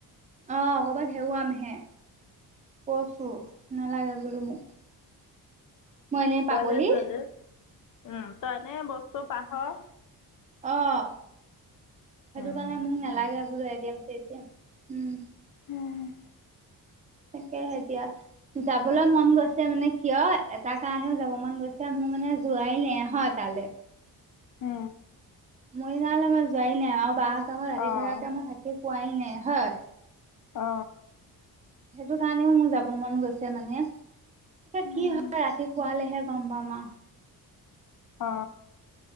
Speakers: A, on the right; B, on the left.
A: অ', কৰবাত হেওৱাম হে কইছো নালাগে বোলো মোক মই এনেই
B: পোৱালিৱে
A: পাগলী
B: যোৱালীয়ে উম তই এনে বস্তু পাহৰ
A: অ সেইটো
B: উম,
A: কাৰণে মোক নালাগে বোলো এটি এম চে টিএম উম
B: উম
A: তাকেহে এতিয়া যাবলৈ মন গৈছে মানে কিয় এটা কাৰণেও যাব মন গৈছে মোৰ মানে যোৱাই নাই হোৱা তালে
B: অ
A: মৰিনালে মই যোৱাই নাই আৰু বাহঁতক ৰাতি
B: অ',
A: থকাকে মই থাকি পোৱাই নাই হয়
B: অ
A: সেইটো কাৰণেও মোৰ যাব মন গৈছে মানে এতিয়া
B: উম,
A: কি হয় ৰাতিপুৱালেহে গম পাম আও
B: অ